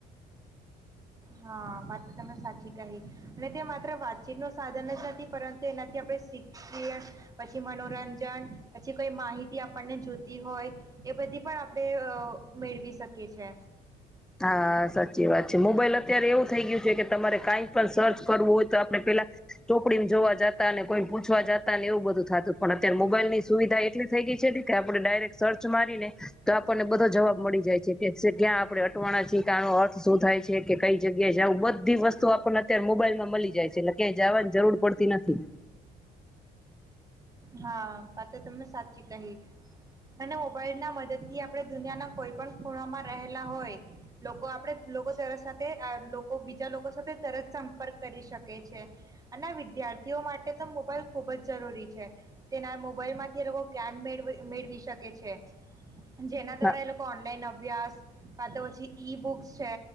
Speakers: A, on the right (about 20°); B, in the centre.
A: હા વાત તો તમે સાચી કહી અને તે માત્ર વાતચીત ન સાધન જ નથી પરંતુ એનાથી આપણે શીખએ પછી મનોરંજન પછી કોઈ માહિતી આપણને જોતી હોય એ બધી પણ આપણે મેળવી શકીએ છે
B: હા સાચી વાત છે મોબાઈલ અત્યારે એવું થઈ ગયુ છે કે તમારે કાંઈ સર્ચ કરવું હોય તો આપણે પેલા ચોપડી મ જોવા જતા કોઈ પૂછવા જતા ને એવું બધું થતું પણ અત્યારે મોબાઈલ ની સુવિધા એટલી થઈ ગઈ છે એ કે આપણે ડાયરેક્ટ સર્ચ મારીને તો આપણને બધો જવાબ મળી જાય છે કે એક્ઝેટ ક્યાં આપડે આનો અર્થ શું થાય છે કે કઈ જગ્યાએ જવું બધી વસ્તુ આપણને અત્યારે મોબાઈલ માં મળી જાય છે એટલે ક્યા જવાની જરૂર પડતી નથી
A: હા, વાત તમને સાચી કહી અને મોબાઈલ ના મદદ થી આપણે દુનિયાના કોઈ પણ ખૂણામાં રહેલા હોય લોકો આપણે લોકો તરત સાથે લોકો બીજા લોકો સાથે તરત સંપર્ક કરી શકે છે અને વિદ્યાર્થીઓ માટે તો મોબાઈલ ખૂબ જ જરૂરી છે તેના મોબાઈલ માંથી લોકો જ્ઞાન મેળ મેળવી શકે છે જેના દ્વારા
B: હા
A: એ લોકો ઓનલાઈન અભ્યાસ, કા તો પછી ઈ બુકસ છે